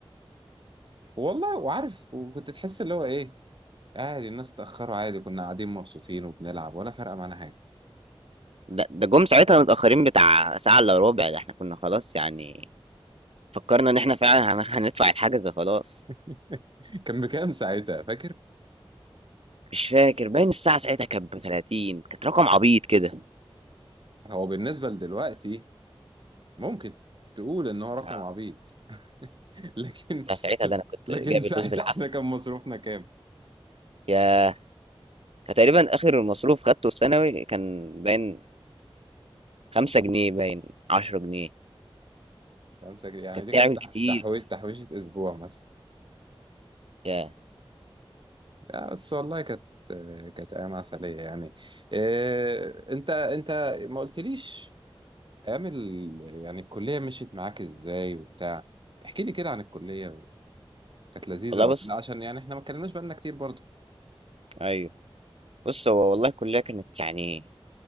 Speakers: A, on the right; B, on the right.
A: والله وعارف وكنت تحس اللي هو ايه عادي الناس اتاخروا عادي كنا قاعدين مبسوطين وبنلعب ولا فارقه معانا حاجه
B: ده ده جُم ساعتها متأخرين بتاع ساعة إلا رُبع، ده إحنا كُنّا خلاص يعني فكّرنا إن إحنا فعلًا هن هندفع الحجز خلاص،
A: <laughs> كان بكام ساعتها فاكر
B: مش فاكر باين الساعة ساعتها كانت ب30، كانت رقم عبيط كده،
A: هو بالنسبه لدلوقتي ممكن تقول ان هو رقم
B: آه،
A: عبيط <laughs> لكن
B: ده ساعتها ده أنا كنت
A: لكن
B: جايب
A: ساعتها
B: الفلوس بالعافية،
A: احنا كان مصروفنا كام
B: ياه! أنا تقريبًا آخر مصروف خدته في ثانوي كان باين 5 جنيه باين، 10 جنيه،
A: خمسة جنيه يعني
B: كانت
A: دي
B: تعمل
A: كانت تح-
B: كتير
A: تحويش
B: دي،
A: تحويشة أسبوع مثلا
B: ياه!
A: لا، بس والله كانت كانت أيام عسلية يعني إيه أنت أنت ما قلتليش أيام ال... يعني الكلية مشيت معاك إزاي وبتاع احكي لي كده عن الكلية كانت لذيذة
B: والله
A: ولا
B: بُص
A: لا عشان يعني إحنا ما اتكلمناش بقالنا كتير برضو
B: أيوه، بُص هو والله الكلية كانت يعني